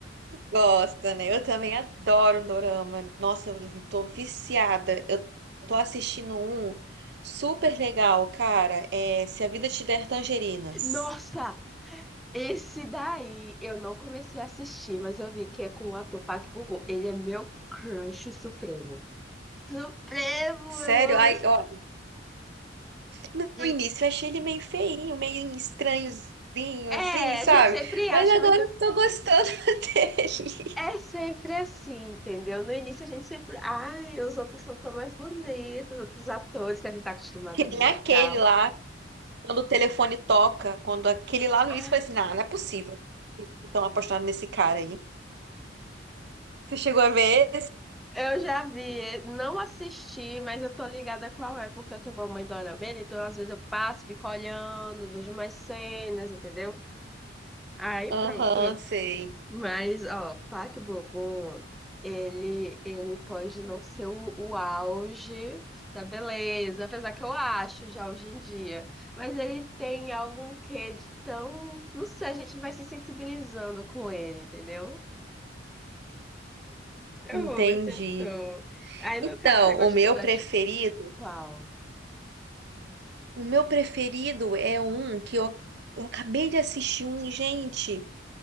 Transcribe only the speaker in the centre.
Nossa, esse daí eu não comecei a assistir, mas eu vi que é com o ator Park Bo-gum. Ele é meu crush supremo. Supremo,
eu amo
esse.
E,
é,
a gente sempre acha,
mas eu-
é sempre assim, entendeu? No início a gente sempre. Ai, os outros são tão mais bonitos, os outros atores que a gente tá acostumada
a ver
e tal.
Ah,
Eu já vi, não assisti, mas eu tô ligada qual é, porque eu tenho uma mãe dorameira, então às vezes eu passo, fico olhando, vejo umas cenas, entendeu? Aí
pronto.
Mas, ó, Park Bo-gum, ele, ele pode não ser o, o auge da beleza, apesar que eu acho já hoje em dia, mas ele tem algum quê de tão... Não sei, a gente vai se sensibilizando com ele, entendeu? Eu
amo esse ator. Aí, no
caso, você gostou
da,
Qual?